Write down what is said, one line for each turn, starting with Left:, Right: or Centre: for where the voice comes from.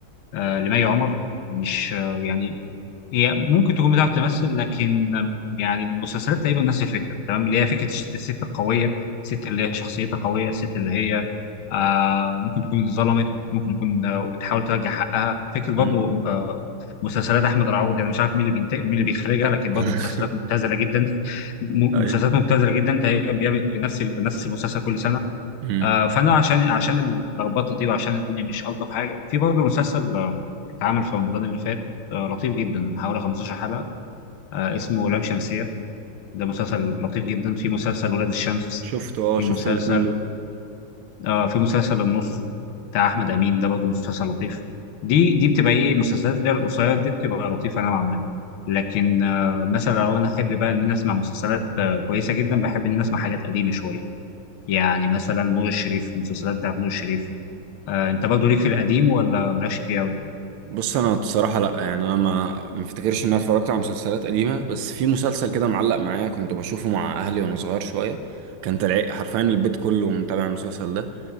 Left: آه، لمي عمر مش آه، يعني هي ممكن تكون بتعرف تمثل لكن يعني المسلسلات تقريبا نفس الفكره تمام اللي هي فكره الش- الست القويه الست اللي هي شخصيتها قويه الست اللي هي آه ممكن تكون اتظلمت ممكن يكون آه وبتحاول ترجع حقها فكره برضو
Right: مم.
Left: آه مسلسلات احمد العوضي انا مش عارف مين اللي بينتج مين اللي بيخرجها لكن برضو
Right: <laughs>
Left: مسلسلات مبتذله جدا <laughs> م-
Right: ايوه
Left: مسلسلات مبتذله جدا تقريبا بيعمل نفس ال- نفس المسلسل كل سنه
Right: مم.
Left: آه، فانا عشان عشان اللخبطه دي وعشان الدنيا مش الطف حاجه في برضه مسلسل آه، اتعمل في رمضان اللي فات آه، لطيف جدا حوالي 15 حلقه آه، اسمه لام شمسيه ده مسلسل لطيف جدا في مسلسل ولاد الشمس
Right: شفته اه
Left: في مسلسل
Right: شفت الاتنين دول
Left: آه في مسلسل النص بتاع احمد امين ده برضه مسلسل لطيف دي دي بتبقى ايه المسلسلات اللي هي القصيره دي بتبقى لطيفه نوعا ما لكن آه مثلا لو انا احب بقى ان انا اسمع مسلسلات آه كويسه جدا بحب ان انا اسمع حاجات قديمه شويه يعني مثلا نور الشريف المسلسلات بتاعت نور الشريف آه، انت برضه ليك في القديم ولا مالكش فيه قوي
Right: بص انا بصراحه لا يعني انا ما ما افتكرش ان انا اتفرجت على مسلسلات قديمه بس في مسلسل كده معلق معايا كنت بشوفه مع اهلي وانا صغير شويه كان طلع حرفيا البيت كله متابع المسلسل ده